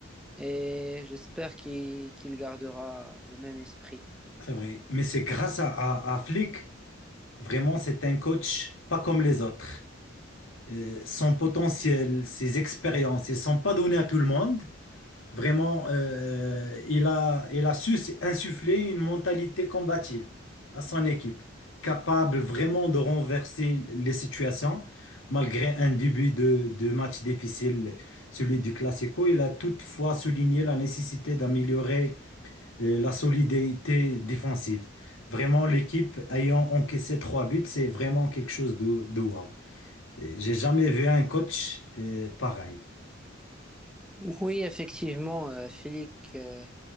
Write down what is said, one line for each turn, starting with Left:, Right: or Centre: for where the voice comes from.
Centre: et j'espère qu'il qu'il gardera le même esprit.
Left: c'est vrai. Mais c'est grâce à, à, à Flick, vraiment, c'est un coach pas comme les autres. Euh, son potentiel, ses expériences, ils ne sont pas donnés à tout le monde. Vraiment, euh, il a, il a su insuffler une mentalité combative à son équipe, capable vraiment de renverser les situations. Malgré un début de, de match difficile, celui du Classico, il a toutefois souligné la nécessité d'améliorer euh, la solidité défensive. Vraiment, l'équipe ayant encaissé trois buts, c'est vraiment quelque chose de, de wow. Euh, J'ai jamais vu un coach euh, pareil.
Centre: Oui, effectivement, euh, Flick, euh,